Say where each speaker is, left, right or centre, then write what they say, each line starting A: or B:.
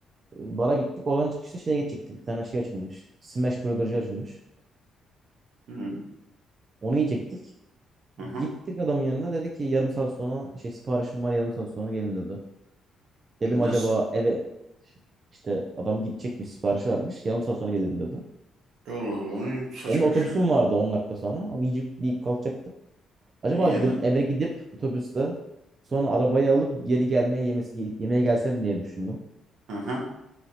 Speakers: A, on the right; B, on the right.
A: e, bara gittik. Oradan çıkışta şeye gidecektik. Bir tane şey açılmış. Smash Burger'cı açılmış.
B: Hı hı.
A: Onu yiyecektik.
B: Hı hı.
A: Gittik adamın yanına. Dedi ki yarım saat sonra şey siparişim var yarım saat sonra gelin dedi. Dedim
B: Nasıl?
A: acaba eve işte adam gidecekmiş siparişi vermiş. Yarım saat sonra gelirim dedi.
B: Allah Allah. o ne Saçma
A: Benim de otobüsüm
B: bir şey.
A: vardı 10 dakika sonra. Onu yiyecek yiyip kalkacaktık. Acaba
B: Yeme.
A: dedim eve gidip otobüste sonra arabayı alıp geri gelmeye yemesi yemeğe gelsem diye düşündüm.
B: Hı hı.